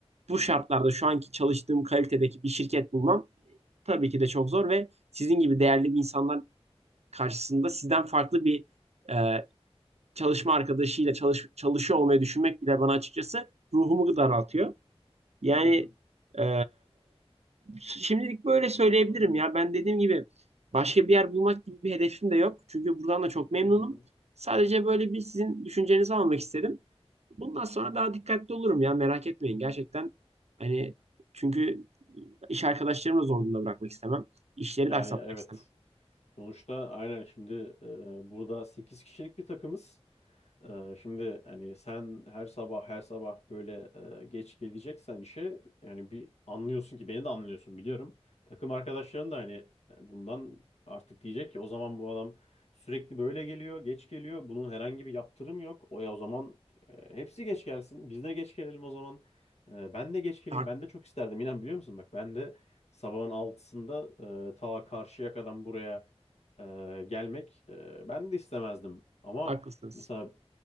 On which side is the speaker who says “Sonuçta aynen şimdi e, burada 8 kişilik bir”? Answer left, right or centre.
Left